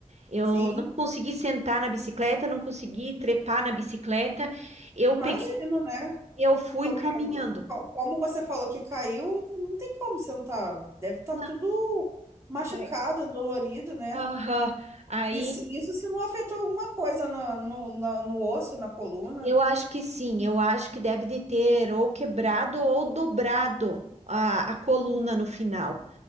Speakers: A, on the right; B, on the right.
A: Eu
B: Sim,
A: não consegui sentar na bicicleta, não consegui trepar na bicicleta. Eu
B: imagino,
A: peguei,
B: né?
A: eu fui
B: Como
A: caminhando.
B: é que eu como você falou que caiu, não tem como sentar. Deve estar
A: Na-
B: tudo machucado,
A: ai,
B: dolorido, né?
A: Aham. Aí
B: Isso, isso se não afetou alguma coisa na- no, na- no, osso, na coluna.
A: eu acho que sim, eu acho que deve de ter ou quebrado ou dobrado a, a coluna no final.